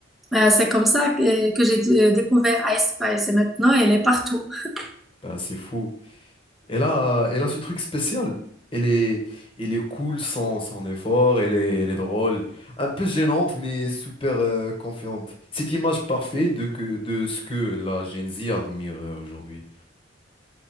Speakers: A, in the centre; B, on the left.
A: Euh, c'est comme ça que, que j'ai euh, découvert Ice Spice et maintenant elle est partout. <laughs>
B: Bah, c'est fou. Et là, euh, elle a ce truc spécial. Elle est, elle est cool sans, sans effort, elle est, elle est drôle. Un peu gênante, mais super euh, confiante. Cette image parfaite de, que, de ce que la Gen Z admire euh, aujourd'hui.